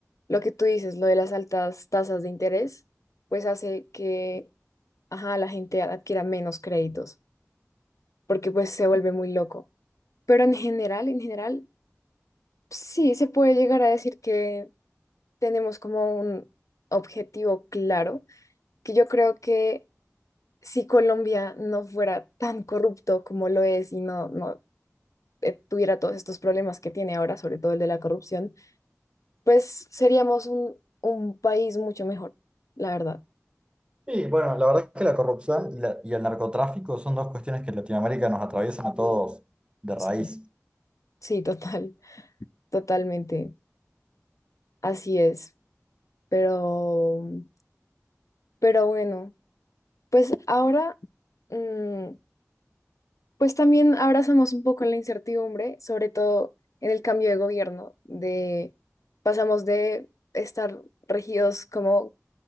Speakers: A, on the left; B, on the right.
A: lo que tú dices, lo de las altas tasas de interés, pues hace que, ajá, la gente adquiera menos créditos, porque pues se vuelve muy loco. Pero en general, en general, sí, se puede llegar a decir que tenemos como un objetivo claro, que yo creo que si Colombia no fuera tan corrupto como lo es y no, no eh, tuviera todos estos problemas que tiene ahora, sobre todo el de la corrupción, pues seríamos un, un país mucho mejor, la verdad.
B: Sí, bueno, la verdad es que la corrupción y, la- y el narcotráfico son dos cuestiones que en Latinoamérica nos atraviesan a todos de
A: Sí,
B: raíz.
A: sí, total, totalmente. Así es. Pero, pero bueno, pues ahora, mm, pues también abrazamos un poco la incertidumbre, sobre todo en el cambio de gobierno, de pasamos de estar regidos como